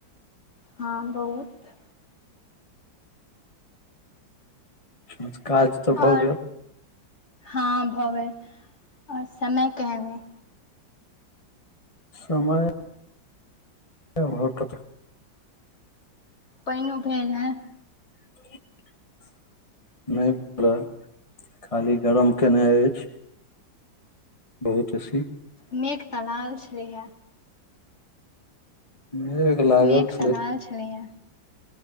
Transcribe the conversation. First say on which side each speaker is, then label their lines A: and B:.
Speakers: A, on the left (about 35°); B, on the left (about 20°).
A: हँ बहुत
B: छ काज तऽ
A: आओर
B: भऽ गेल
A: हँ भऽ गेल आओर समय केहेन अए
B: समय मुहत क।
A: पानो भेल है
B: <unintelligible> नहि प खाली गरम केने अछि बहुत अछी
A: मेघ त लागल छलैहे
B: मेघ लागल
A: मेघ
B: छय
A: तऽ लागल छलैए